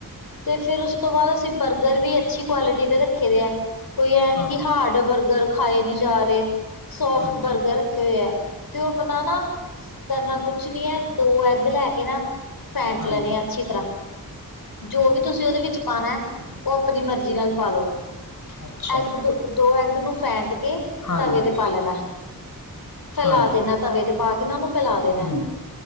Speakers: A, on the left (about 85°); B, on the left (about 60°).
A: ਤੇ ਫਿਰ ਉਸ ਤੋਂ ਬਾਦ ਅਸੀਂ ਬਰਗਰ ਵੀ ਅੱਛੀ ਕੁਆਲਿਟੀ ਦੇ ਰੱਖੇ ਦੇ ਐ। ਕੋਈ ਐ ਨੀ
B: ਹਾਂ
A: ਕਿ ਹਾਡ ਬਰਗਰ ਖਾਏ ਨੀ ਜਾ ਰੇ ਸੋਫਟ
B: ਹਾਂਜੀ
A: ਬਰਗਰ ਰੱਖੇ ਹੋਏ ਐ ਤੇ ਉਹ ਅਪਣਾ ਨਾ ਕਰਨਾ ਕੁਛ ਨੀ ਐ ਦੋ ਐਗ ਲੈ ਕੇ ਨਾ ਫੈਂਟ
B: ਹਾਂਜੀ
A: ਲੈਣੇ ਆ ਅੱਛੀ ਤਰਾ। ਜੋ ਵੀ ਤੁਸੀਂ ਉਦੇ ਵਿੱਚ ਪਾਣਾ ਉਹ ਆਪਣੀ ਮਰਜ਼ੀ ਨਾਲ ਪਾ ਲੋ।
B: ਅੱਛਾ
A: ਐਗ
B: ਜੀ,
A: ਦੂ ਦੋ ਐੱਗ ਨੂੰ ਫੈਂਟ ਕੇ
B: ਹਾਂਜੀ
A: ਤਵੇ ਤੇ ਪਾ ਲੈਣਾ। ਫੈਲਾ
B: ਹਾਂਜੀ
A: ਦੇਣਾ ਤਵੇ ਤੇ ਪਾ ਕੇ ਨਾ ਉਨੂੰ ਫੈਲਾ ਦੇਣਾ।
B: ਹੂੰ